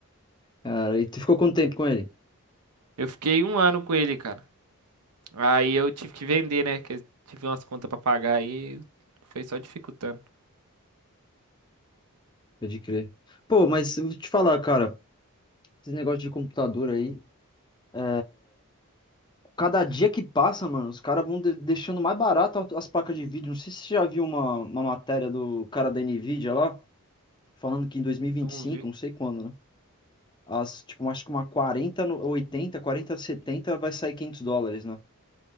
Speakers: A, on the left (about 20°); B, on the right (about 85°).
A: Cara, e tu ficou quanto tempo com ele?
B: Eu fiquei um ano com ele, cara. Aí eu tive que vender, né? Que eu tive umas contas pra pagar aí. Foi só dificultando.
A: Pode crer. Pô, mas eu vou te falar, cara. Esse negócio de computador aí. é, Cada dia que passa, mano, os caras vão de- deixando mais barato as placas de vídeo. Não sei se você já viu uma, uma matéria do cara da Nvidia lá, falando que em dois mil e e vinte
B: Não
A: e cinco,
B: vi.
A: não sei quando, né? As, tipo, acho que uma 40, no- 80, 40, 70 vai sair 500 dólares, né?